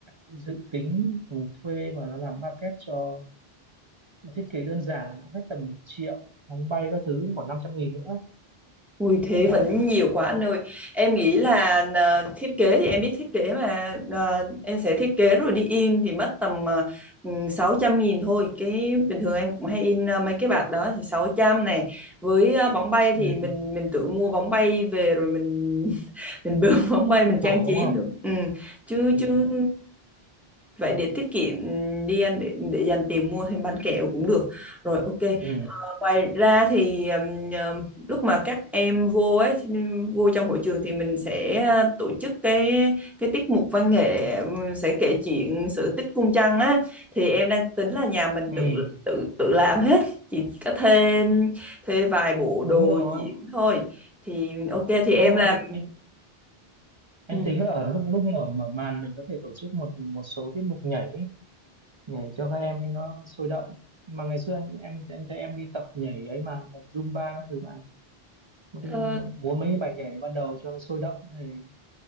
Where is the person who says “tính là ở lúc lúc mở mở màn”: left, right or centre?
Right